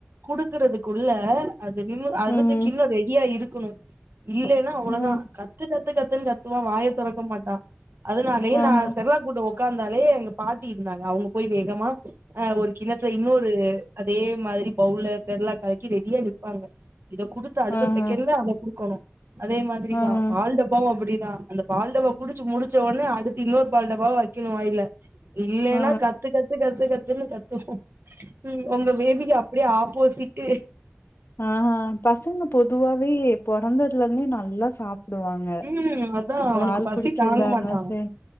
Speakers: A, on the right; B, on the left.
A: குடுக்குறதுக்குள்ள அது நீ அதது
B: ம்
A: கிண்ணோ ரெடியா இருக் குனு இல்லைன்னா அவ்ளவுதா
B: ம்
A: கத்து கத்து கத் த்து கத்துவா வாய தொறக்க மாட்டான் அதுனாலே
B: ஆஹா
A: நா செர்லாக் ஊட்ட உக்காந்தாலே எங்க பாட்டி இருந்தாங்க அவங்க போய் வேகமா ஆ ஒரு கிணற்ற இன்னொரு அதே மாதிரி பவுல்ல செரலாக் கலக்கி ரெடியா நிப்பாங்க இத குடுத்த அடுத்த
B: ஆஹா
A: செகண்ட்லயே அத குடுக்கோணு அதே மாதிரிதா
B: ஆஹா
A: பால் டப்பாவும் அப்படி தா அந்த பால் டபா குடிச்சு முடிச்ச ஒடனே அடுத்து இன்னொரு பால் டபாவா வைக்கணு வாய்ல இல்லைன்னா
B: ஆ
A: கத்து கத்து கத்து கத் துன் கத்து ம் ஒங்க பேபிக்கு அப்படியே ஆப்போசிட் டு
B: அ அ பசங்க பொதுவா வே பொறந்ததுலர்ந்தே நல்லா சாப் டுவாங்க
A: ம் அதா அவனுக்கு
B: பால்
A: பசி
B: குடிக்கிறதுதா
A: தாங்க
B: இருந்தாலு
A: மாட்டா
B: செரி